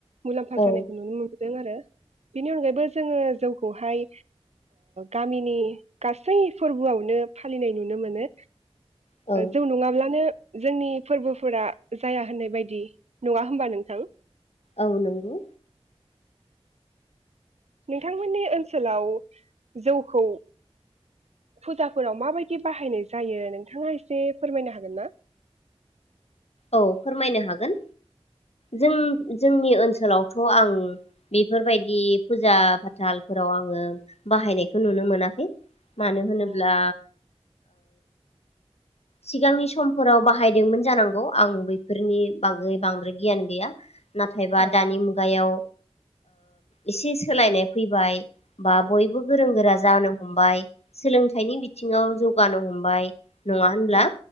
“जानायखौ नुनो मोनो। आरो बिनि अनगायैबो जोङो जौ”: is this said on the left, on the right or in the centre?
Right